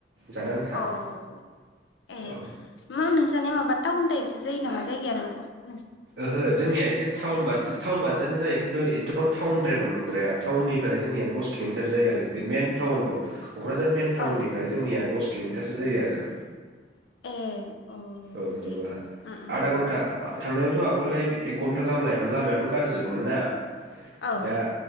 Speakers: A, on the right; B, on the left.
A: जानो आन्था
B: अ अ ए
A: औ
B: मा नोंसानिया माबा टाउन टाइपसो जायो नामा जायगाया नो।
A: ओहो जोंनिया एसे टाउनबादि टाउन बा बादियानो जायो खिन्थु एथबां टाउनद्रायबो नंद्राया टाउननिफ्राय जोंनिया दस किलमिटार जायो आरो जे मेन टाउनखौ कक्राझार मेन टाउननिफ्राय
B: औ
A: जोंनिया दस- किलमिटारसो जायो आरो
B: ए
A: औ नवा
B: दे उम उम
A: आधा घन्टा आ थांनायावथ आवगोललाय एक घन्टा गाहाम लायोमोन लामायाथ गाज्रिजोबमोन ना
B: औ
A: दा